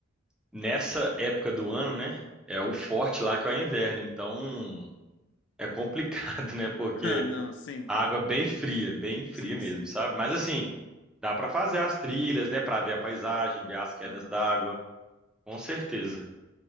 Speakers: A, in the centre; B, on the left.
A: nessa época do ano, né? É o forte lá que é o inverno, então é complicado, <laughs> né? Porque
B: <laughs> Ah, não, sim,
A: a água é bem fria, bem fria
B: sim,
A: mesmo,
B: sim.
A: sabe? Mas assim, dá pra fazer as trilhas, né? Pra ver a paisagem, ver as quedas
B: Aham.
A: d'água, com certeza.